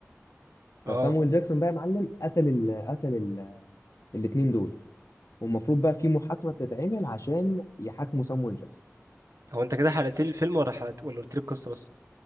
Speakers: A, on the right (about 85°); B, on the left (about 80°).
A: اه
B: فصامويل جاكسون بقى يا معلم قتل ال قتل ال الاتنين دول والمفروض بقى في محاكمه بتتعمل عشان يحاكموا صامويل جاكسون
A: هو انت كده حلقت لي الفيلم ولا حلقت ولا قلت لي القصه بس